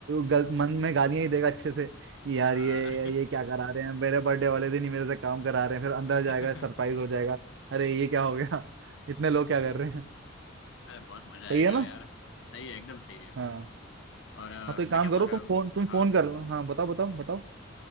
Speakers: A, on the right; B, on the left.
A: गल, मन में गालियां ही देगा अच्छे से कि यार
B: हाँ
A: ये ये क्या करा रहे हैं मेरे बर्थडे वाले दिन ही मेरे से काम करा रहे हैं फिर अंदर जाएगा
B: <laughs>
A: सरप्राइज हो जाएगा अरे ये क्या हो गया <laughs> इतने लोग क्या कर रहे हैं
B: अरे बहुत मजा आएगा
A: सही है ना
B: यार सही है एकदम सही है
A: हाँ
B: और अ,
A: हाँ तो एक
B: मैं
A: काम
B: क्या बोल
A: करो तुम
B: रहा हूँ
A: फोन तुम
B: हाँ
A: फोन कर लो हाँ बताओ बताओ बताओ